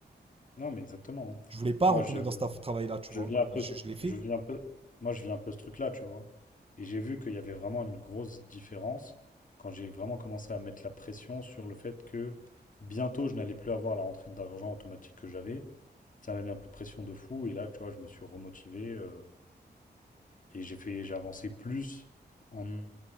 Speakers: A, on the left (about 50°); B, on the right (about 35°).
A: Non, mais exactement. hein.
B: Je voulais pas
A: Moi,
B: retourner
A: je,
B: dans ce taf- travail-là, tu
A: Je
B: vois.
A: viens un peu,
B: Mais je,
A: ce-
B: je l'ai fait.
A: je viens un peu, moi je viens un peu ce truc-là, tu vois. Et j'ai vu qu'il y avait vraiment une grosse différence quand j'ai vraiment commencé à mettre la pression sur le fait que bientôt je n'allais plus avoir la rentrée d'argent automatique que j'avais. Ça m'a mis un coup de pression de fou et là, tu vois, je me suis remotivé euh, et j'ai fait, j'ai avancé plus en